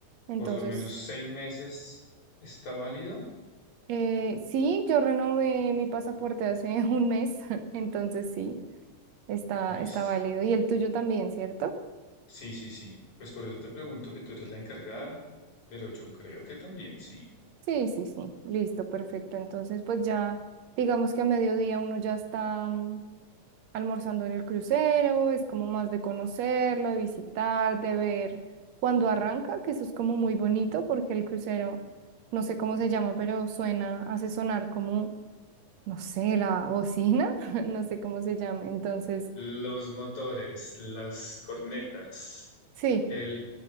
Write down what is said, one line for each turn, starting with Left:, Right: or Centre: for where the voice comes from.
Right: Entonces,
Left: Por lo menos seis meses está válido.
Right: eh, sí, yo renové mi pasaporte hace <laughs> un mes. <laughs> Entonces, sí, está,
Left: Listo.
Right: está válido. Y el tuyo también, ¿cierto?
Left: Sí, sí, sí. Pues por eso te pregunto que tú eres la encargada, pero yo creo que también sí.
Right: Sí, sí, sí, listo, perfecto. Entonces, pues ya, digamos que a mediodía uno ya está mm, almorzando en el crucero, es como más de conocerlo, de visitar, de ver cuando arranca, que eso es como muy bonito porque el crucero, no sé cómo se llama, pero suena, hace sonar como, no sé, la bocina, <laughs> no sé cómo se llama. Entonces,
Left: Los motores, las cornetas.
Right: sí,
Left: El